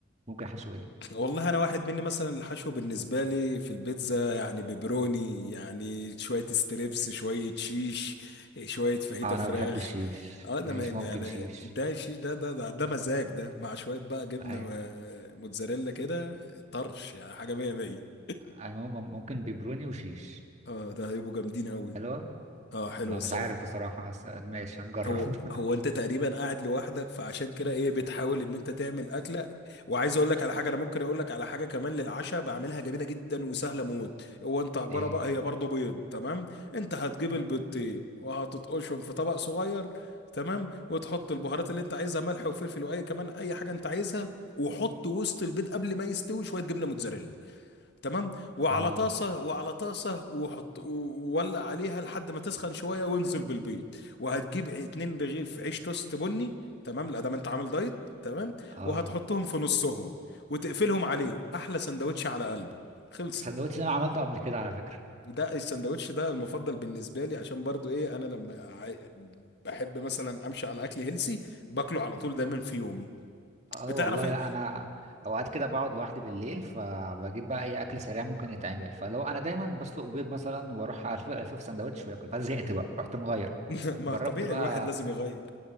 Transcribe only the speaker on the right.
ممكن حشو إيه؟
أه أنا
بحب الشيش
ماشي
ممكن شيش
أيوه
أيوه مم- ممكن بيبروني وشيش
حلوة
ما
مش عارف بصراحة بس ماشي هنجرب
<laughs>
إيه؟
أه
أه
السندوتش ده انا عملته قبل كده على فكره
اه
والله
لا انا اوقات كده بقعد لوحدي بالليل فبجيب بقى اي اكل سريع ممكن يتعمل فلو انا دايما بسلق بيض مثلا واروح الف الف في سندوتش واكل فزهقت بقى رحت مغير
جربت
بقى